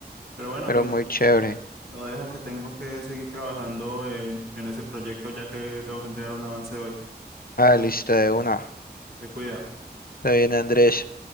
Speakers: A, on the right; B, on the left.
A: Pero bueno,
B: pero
A: lo
B: muy chévere.
A: Lo dejo que tengo que seguir trabajando en, en ese proyecto ya que tengo que entregar un avance hoy.
B: Ah, lista de una.
A: Se cuida.
B: Está bien, Andrés.